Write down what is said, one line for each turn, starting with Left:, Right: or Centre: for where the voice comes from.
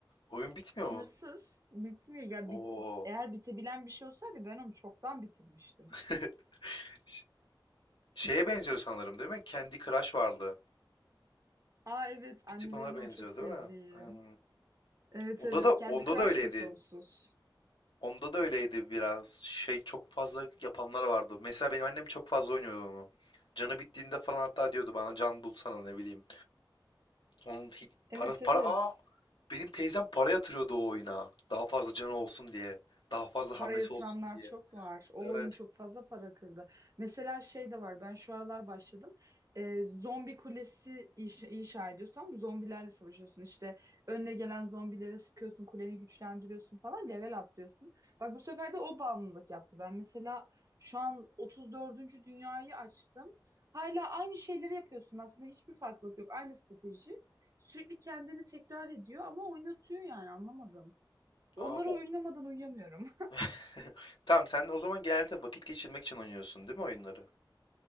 Left: Oyun bitmiyor
Right: Sınırsız.
Left: mu?
Right: Bitmiyor. Ya bit
Left: Oo.
Right: eğer bitebilen bir şey olsaydı ben onu çoktan bitirmiştim.
Left: <laughs> Ş- Şeye benziyor sanırım değil mi? Candy Crush vardı.
Right: Aa evet annelerin
Left: Bir tık ona benziyor
Right: o çok sevdiği.
Left: değil mi? Hmm,
Right: Evet
Left: Onda
Right: evet
Left: da
Right: kendi
Left: onda
Right: crush
Left: da öyleydi.
Right: da sonsuz.
Left: Onda da öyleydi biraz. Şey çok fazla yapanlar vardı. Mesela benim annem çok fazla oynuyordu onu. Canı bittiğinde falan hatta diyordu bana can bulsana ne bileyim. Onun hi-
Right: Evet
Left: para
Right: evet.
Left: para aa benim teyzem para yatırıyordu o oyuna. Daha fazla canı olsun diye. Daha fazla
Right: Para
Left: hamlesi
Right: yatıranlar
Left: olsun diye.
Right: çok var. O
Left: Evet.
Right: oyun çok fazla para kırdı. Mesela şey de var. Ben şu aralar başladım. Ee, zombi kulesi inşa, inşa ediyorsam zombilerle savaşıyorsun. İşte önüne gelen zombilere sıkıyorsun, kuleni güçlendiriyorsun falan, level atlıyorsun. Bak bu sefer de o bağımlılık yaptı. Ben mesela şu an 34. dünyayı açtım. Hala aynı şeyleri yapıyorsun. Aslında hiçbir farklılık yok. Aynı strateji. Sürekli kendini tekrar ediyor ama oynatıyor yani anlamadım. Onları
Left: Aa
Right: oynamadan
Left: o
Right: uyuyamıyorum.
Left: <laughs> Tamam sen o zaman genelde vakit geçirmek için oynuyorsun değil mi oyunları?